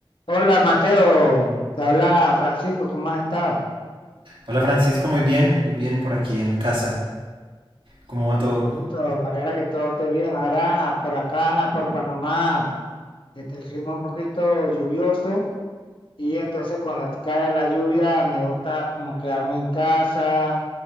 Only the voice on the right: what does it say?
Hola Francisco, muy bien, muy bien por aquí en casa. ¿Cómo va todo?